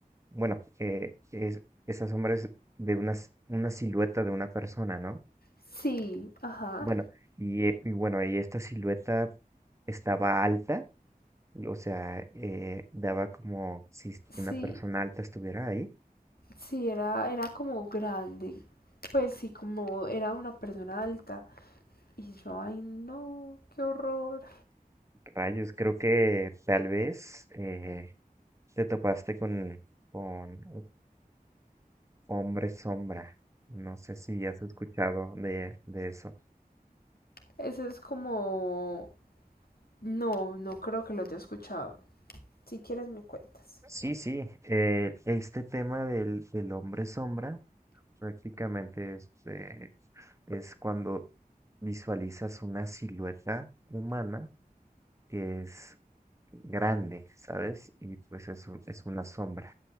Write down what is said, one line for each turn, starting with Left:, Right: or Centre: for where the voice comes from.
Right: bueno, eh, es, esa sombra es de una, s- una silueta de una persona, ¿no?
Left: Sí, ajá.
Right: Bueno, y, eh, y bueno, y esta silueta estaba alta, o sea, eh, daba como si
Left: Sí,
Right: una persona alta estuviera ahí.
Left: sí, era, era como grande. Pues sí, como era una persona alta. Y yo, ay no, qué horror.
Right: Rayos, creo que tal vez eh, te topaste con, con Hombre Sombra. No sé si has escuchado de, de eso.
Left: Eso es como... No, no creo que lo haya escuchado. Si quieres me cuentas.
Right: Sí, sí, eh, este tema del, del hombre sombra prácticamente es, eh, es cuando visualizas una silueta humana que es grande, ¿sabes? Y pues es, u- es una sombra